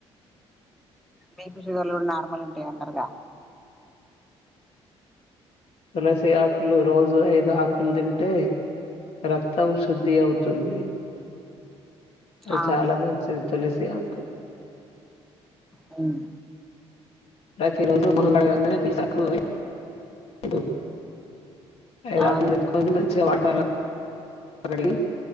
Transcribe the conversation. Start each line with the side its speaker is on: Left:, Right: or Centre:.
Centre: బీపీ షుగర్లు గుడా నార్మల్ ఉంటాయి అంటారుగా
Left: తులసి ఆకులు రోజు ఐదు ఆకులు దింటే రక్తం శ్ శుద్ధి అవుతుంది అది
Centre: అవును
Left: చాలా మంచిది తులసి ఆకు
Centre: అవును
Left: ప్రతి రోజు మొహం కడగంగానే తులసాకు <inaudible> దు ఐదాకులు
Centre: అవును
Left: దెంపుకొని
Centre: అవును
Left: మంచిగా వాటర్ల గడిగి